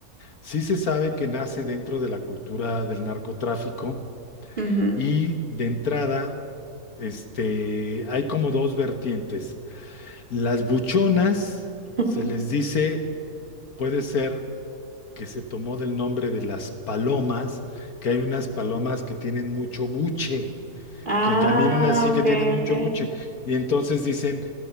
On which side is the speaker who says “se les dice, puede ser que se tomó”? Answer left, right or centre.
Left